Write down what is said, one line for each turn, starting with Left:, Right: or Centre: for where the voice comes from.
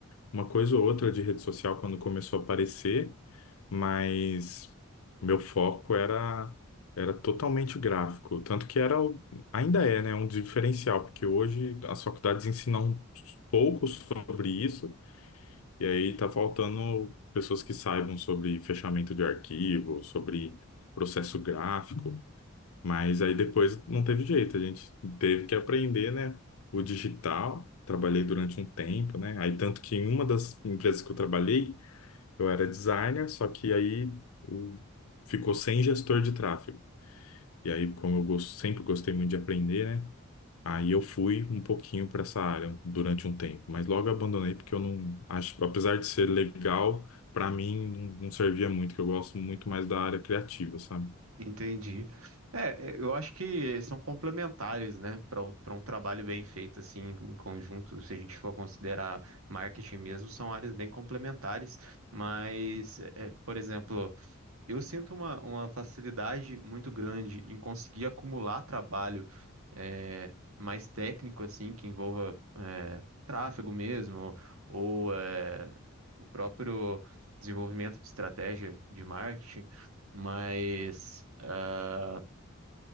Left: Uma coisa ou outra de rede social quando começou a aparecer, mas meu foco era, era totalmente gráfico. Tanto que era, o- ainda é, né, um diferencial, porque hoje as faculdades ensinam pouco sobre isso, e aí tá faltando pessoas que saibam sobre fechamento de arquivo, sobre processo gráfico, mas aí depois não teve jeito, a gente teve que aprender, né, o digital. Trabalhei durante um tempo, né? Aí tanto que em uma das empresas que eu trabalhei, eu era designer, só que aí o- ficou sem gestor de tráfego. E aí, como eu gos- sempre gostei muito de aprender, né? Aí eu fui um pouquinho para essa área durante um tempo, mas logo abandonei porque eu não acho, apesar de ser legal, para mim não, não servia muito, que eu gosto muito mais da área criativa, sabe?
Right: Entendi. É, é, eu acho que são complementares, né, para para um trabalho bem feito assim em conjunto. Se a gente for considerar marketing mesmo, são áreas bem complementares. Mas, é, por exemplo, eu sinto uma, uma facilidade muito grande em conseguir acumular trabalho eh, mais técnico, assim, que envolva eh, tráfego mesmo, ou eh, o próprio desenvolvimento de estratégia de marketing, mas ah,